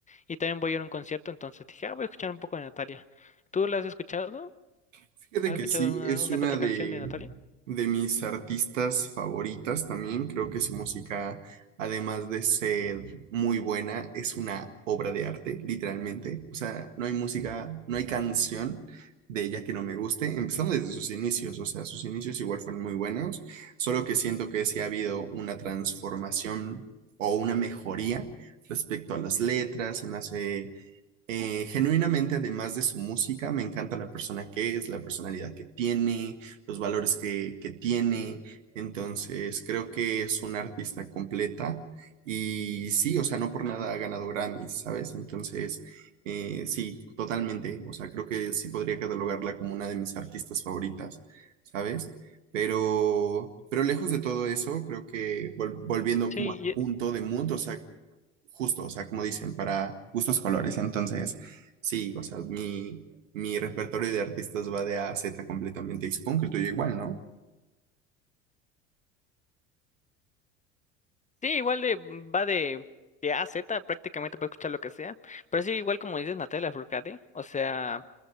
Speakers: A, on the left (about 20°); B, on the right (about 75°).
A: y también voy a ir a un concierto, entonces dije, ah, voy a escuchar un poco de Natalia. ¿Tú la has escuchado?
B: Fíjate
A: ¿Has
B: que
A: escuchado
B: sí,
A: una,
B: es
A: una
B: una
A: que otra
B: de,
A: canción de Natalia?
B: de mis artistas favoritas también. Creo que su música, además de ser muy buena, es una obra de arte, literalmente. O sea, no hay música, no hay canción de ella que no me guste, empezando desde sus inicios. O sea, sus inicios igual fueron muy buenos, solo que siento que sí ha habido una transformación o una mejoría respecto a las letras. Se me hace eh, genuinamente, además de su música, me encanta la persona que es, la personalidad que tiene, los valores que, que tiene. Entonces, creo que es una artista completa y sí, o sea, no por nada ha ganado Grammys, ¿sabes? Entonces, eh, sí, totalmente. O sea, creo que sí podría catalogarla como una de mis artistas favoritas, ¿sabes? Pero, pero lejos de todo eso, creo que vol- volviendo
A: Sí,
B: como al
A: y-
B: punto de Mood, o sea, justo, o sea, como dicen, para gustos colores. Entonces, sí, o sea, mi, mi repertorio de artistas va de A a Z completamente. Y supongo que el tuyo igual, ¿no?
A: sí, igual de, va de, de A a Z, prácticamente puedes escuchar lo que sea. Pero sí, igual como dices Natalia Furcade, o sea.